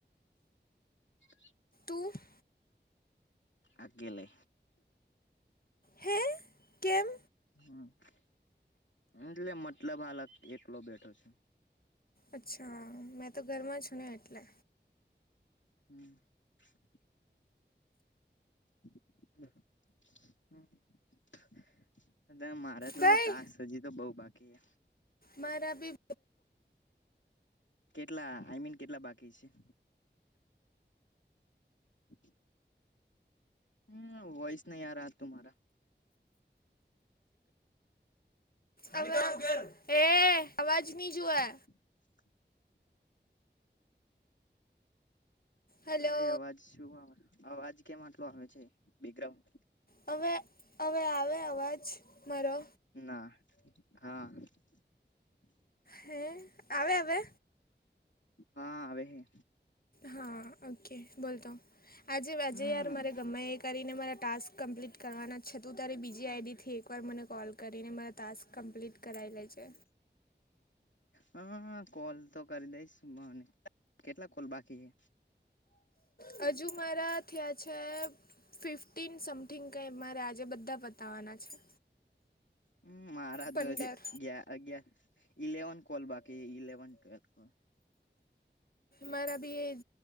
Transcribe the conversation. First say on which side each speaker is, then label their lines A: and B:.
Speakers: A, on the left (about 80°); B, on the left (about 50°).
A: હ
B: ક
A: આકેલે
B: હે કેમ
A: હમ એટલે મતલબ હાલ એકલો બેઠો છે.
B: અચ્છા મેં તો ઘરમાં છે. ને એટલે
A: હમ <unintelligible> <unintelligible> મારા તો
B: ભાઈ
A: ટાકસ હજી તો બહુ બાકી છે.
B: મારાબી.
A: કેટલા આઈ મીન કેટલા બાકી છે. <inaudible> હમ વોઇસ નહી આરા તું મારા.
B: અવાજ હે અવાજ બીજુ એ.
A: <inaudible>
B: હલો
A: અરે અવાજ શું આવે અવાજ કેમ આટલો આવે છે. બેગાઉડ
B: હવે હવે આવે અવાજ મારો.
A: ના હા <inaudible>
B: હે આવે આવે
A: હા આવેવે
B: હા ઓકે બોલતો આજે આજે
A: હમ
B: યાર મારે ગમે એ કરીને મારા ટાસ્ક કમ્પ્લીટ કરવાના જ છતું ત્યારે બીજી આઈડીથી એકવાર મને કોલ કરીને મારા ટાસ્ક કમ્પ્લીટ કરાઈ લે છે.
A: હા કોલ તો કરી દઈશ મને કેટલા કોલ બાકી છે.
B: હજુ મારા થયા છે. ફિફ્ટીન સમથિંગ કંઈ મારે આજે બધા પતાવવાના છે.
A: હમ મારા
B: પંદર
A: તો જે ગ ઇલેવન કોલ બાકી ઇલેવન ટ્વેલથ કોલ
B: મારા બી એજ